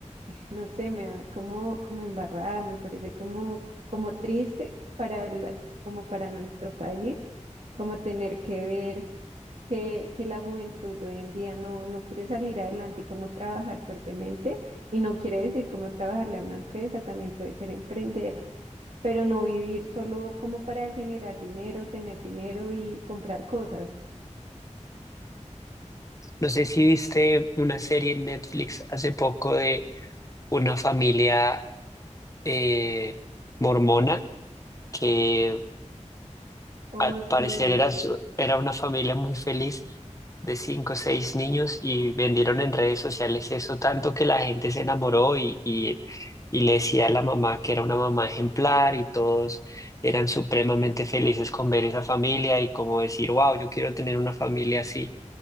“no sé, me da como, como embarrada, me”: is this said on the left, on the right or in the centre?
Right